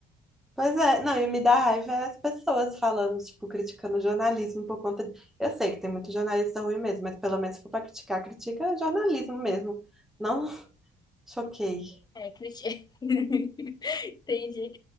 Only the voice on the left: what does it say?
É, criti- <laughs> Entendi.